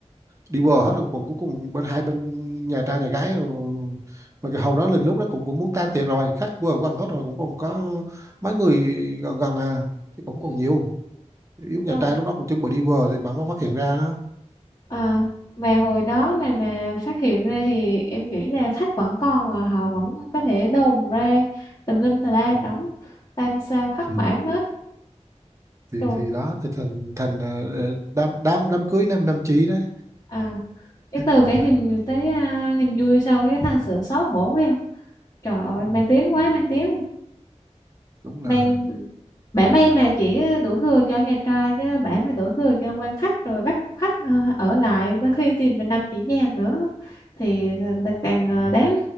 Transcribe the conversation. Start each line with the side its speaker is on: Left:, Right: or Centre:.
Right: đi bờ hết rồi còn cuối cùng bên hai bên nhà trai nhà gái rồi. mà cái hầu đó lên lúc đó cũng cũng muốn tan tiệc rồi khách vừa quăng hết rồi cũng còn có mấy người gần gần à chứ cũng
Left: Ừ.
Right: còn nhiều yếu nhà
Left: Rồi.
Right: trai lúc đó cũng chuẩn bị đi bờ thì bà mới phát hiện ra đó
Left: À, mà hồi đó mà mà phát hiện ra thì em nghĩ là khách vẫn còn à, họ vẫn có thể đồn ra tùm lum tà la
Right: ừ.
Left: trống tam sao thất
Right: Ừ.
Left: bản hết
Right: thì
Left: rồi
Right: thì đó thì thành thành ờ, đám đám đám cưới năm năm chí đấy
Left: À. cái từ
Right: Ờ.
Left: cái niềm tới à, niềm vui sau cái thành sự xấu hổ phải không trời ơi
Right: ừ.
Left: mang tiếng quá mang tiếng
Right: đúng
Left: mang
Right: là
Left: bả may mà chỉ đổ thừa cho nhà trai chứ bả mà đổ thừa cho quan khách rồi bắt khách ờ, ở lại tới khi tìm mình năm chỉ vàng nữa thì ờ, càng
Right: khách
Left: ờ,
Right: ừ.
Left: đáng